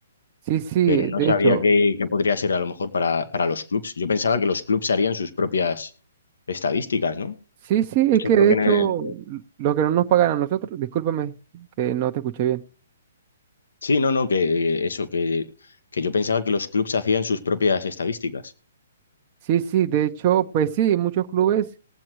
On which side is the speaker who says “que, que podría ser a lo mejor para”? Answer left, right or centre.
Left